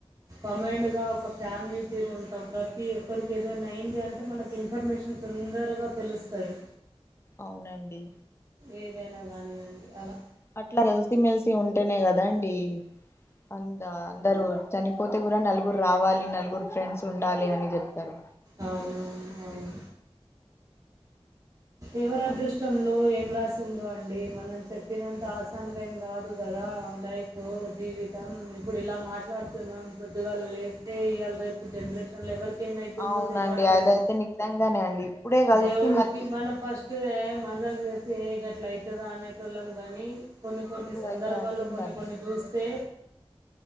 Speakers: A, on the right; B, on the left.
A: కంబైండు గా ఒక ఫ్యామిలీ తీరు ఉంటాం ప్రతి ఒక్కరికి ఏదైనా అయ్యంది అంటే మనకి ఇన్ఫర్మేషన్ తొందరగా తెలుస్తది
B: అవునండి
A: ఏదైనా కానివండి అలా
B: అట్లా కలిసిమెలిసి ఉంటేనే కదండి అందా అందరూ చనిపోతే గురా నలుగురు రావాలి నలుగురు ఫ్రెండ్స్ ఉండాలి అని జెప్తారు
A: అవునవును అవును ఎవరదృష్టం
B: అట్లా
A: లో ఏం రాసిందో అండి మనం చెప్పినంత ఆసాన్గా ఏం గాదు గదా లైఫ్ ఫూ జీవితం ఇప్పుడు ఇలా మాట్లాడుతున్నాం ప్రొద్దుగాల లేస్తే ఇయ్యాల రేప్ బ్బుడు జండ్రేషన్ లో ఎవరికేమైతుందో
B: అవునండి
A: తెలవట్లేదు
B: అదైతే నిజంగానే అండి ఇప్పుడే కలిసి
A: దేవుడికి
B: మళ్ళీ
A: మనం ఫస్టు ఏ మజా జేస్తే గట్లైతదా అనేటోళ్ళం గాని కొన్ని కొన్ని
B: ఇప్పుడైతే
A: సందర్భాల్లో
B: అటుందండి
A: కొన్ని కొన్ని జూస్తే